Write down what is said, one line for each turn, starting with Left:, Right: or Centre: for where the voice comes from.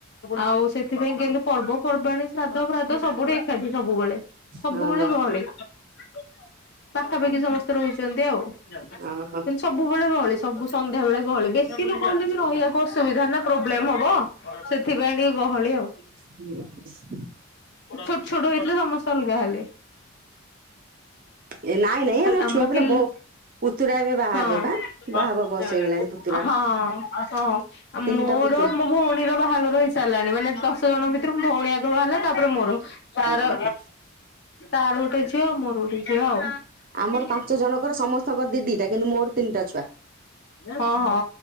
Left: ଆଉ ସେଥିପା ସେଥିପାଇଁ କିନ୍ତୁ ପର୍ବପର୍ବାଣି ଶ୍ରାଦ୍ଧ ଫ୍ରାଧ ସବୁଠି ଏକାଠି ସବୁବେଳେ। ସବୁବେଳେ
Right: ହଁ।
Left: ଗହଳି <inaudible> ପାଖାପାଖି ସମସ୍ତେ ରହୁଚନ୍ତି ଆଉ।
Right: ଓହୋ ହଁ
Left: କିନ୍ତୁ ସବୁବେଳେ ଗହଳି ସବୁ ସନ୍ଧ୍ୟା ବେଳେ ଗହଳି ବେଶୀ ଲୋକ ହେଲେ ବି ରହିଆକୁ ଅସୁବିଧା ନା ପ୍ରୋବ୍ଲେମ ହବ। ସେଥିପାଇଁ ଟିକେ ଗହଳି ଆଉ।
Right: ହଁଖ
Left: ଛୋଟ ଛୋଟ ହେଇଥିଲେ ସମସ୍ତେ ଅଲଗା ହେଲେ
Right: ଏ ନାଇଁ ନାଇଁ
Left: କ
Right: ମୋ
Left: ଆମ
Right: ଛୁଆ ପିଲା
Left: ପିଲ
Right: ମୋ ପୁତୁରା ଏବେ ବାହା
Left: ହଁ
Right: ହେବେ ପା ବାହା ହବା ବୟସ ହେଇଗଲାଣି ପୁତୁରା
Left: ହଁ ହଁ
Right: ତିନିଟା
Left: ମୋର
Right: ପୁତୁରା
Left: ଭଉଣୀର ବାହାଘର ହେଇସାରିଲାଣି ମାନେ ଦଶ ଜଣ ଭିତରୁ ଭଉଣୀ ଆଗ ବାହାରିଲା। ତାପରେ ମୋର ତାର
Right: ଓହୋ।
Left: ତାର ଗୋଟେ ଝିଅ ମୋର ଗୋଟେ ଝିଅ ଆଉ।
Right: ଆମର
Left: ସେ
Right: ପାଞ୍ଚ ଜଣଙ୍କର ସମସ୍ତଙ୍କର ଦି ଦିଟା କିନ୍ତୁ ମୋର ତିନିଟା ଛୁଆ
Left: ହ ହ